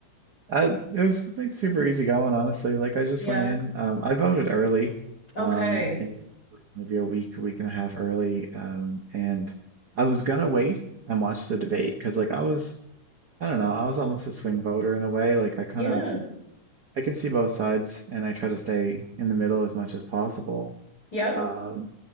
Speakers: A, on the right (about 70°); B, on the left (about 30°).
A: Uh, it was like super easy going, honestly. Like I just
B: Yeah.
A: went in. Um, I voted early,
B: Okay.
A: um, and like maybe a week, a week and a half early. Um, and I was gonna wait and watch the debate because like I was I don't know. I was almost a swing voter in a way. Like I kind
B: Yeah.
A: of I can see both sides and I try to stay in the middle as much as possible.
B: Yep.
A: Um,